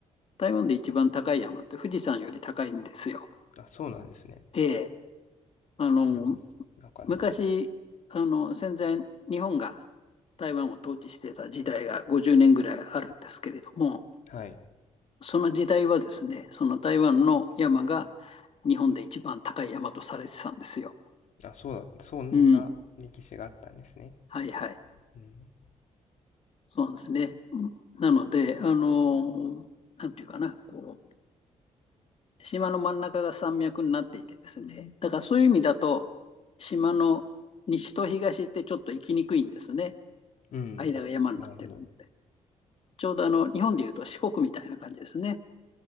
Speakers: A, on the left; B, on the left.
A: 台湾で一番高い山って富士山より高いんですよ。
B: あ、そうなんですね。
A: ええ、あの
B: それは、なかなか。
A: 昔あの戦前日本が台湾を統治してた時代が50年ぐらいあるんですけれども、
B: はい。
A: その時代はですね、その台湾の山が日本で一番高い山とされてたんですよ。
B: あ、そうだ、そんな歴史があったんですね。
A: うん、はいはい。
B: うん。
A: そうですね。なので、あの、なんていうかな、こう、島の真ん中が山脈になっていてですね、だからそういう意味だと、島の西と東ってちょっと行きにくいんですね。
B: うん。
A: 間が山になってるんで。
B: なるほど。
A: ちょうどあの、日本でいうと四国みたいな感じですね。